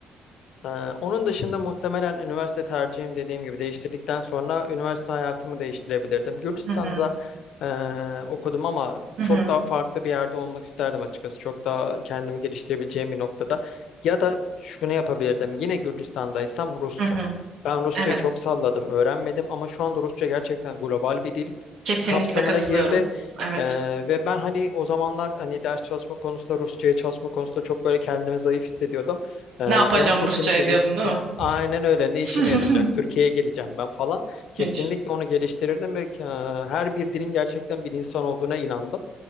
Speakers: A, on the left; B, on the right.
A: Ee, onun dışında muhtemelen üniversite tercihim dediğim gibi değiştirdikten sonra üniversite hayatımı değiştirebilirdim. Gürcistan'da
B: Hı hı,
A: ee, okudum ama
B: hı
A: çok
B: hı,
A: daha farklı bir yerde olmak isterdim açıkçası. Çok daha kendimi geliştirebileceğim bir noktada. Ya da şunu yapabilirdim. Yine Gürcistan'daysam Rusça.
B: hı hı.
A: Ben Rusçayı
B: Evet.
A: çok salladım, öğrenmedim ama şu anda Rusça gerçekten global bir dil
B: Kesinlikle
A: kapsamına
B: katılıyorum.
A: girdi.
B: Evet.
A: Ee, ve ben hani o zamanlar hani ders çalışma konusunda Rusçaya çalışma konusunda çok böyle kendimi zayıf hissediyordum. Ee, onu
B: Ne yapacağım
A: kesinlikle
B: Rusça'yı
A: gelişti.
B: diyordun değil mi?
A: Aynen öyle. Ne işime
B: <laughs>
A: yarayacak? Türkiye'ye geleceğim ben falan. Kesinlikle
B: Hiç.
A: onu geliştirirdim ve e, her bir dilin gerçekten bir insan olduğuna inandım.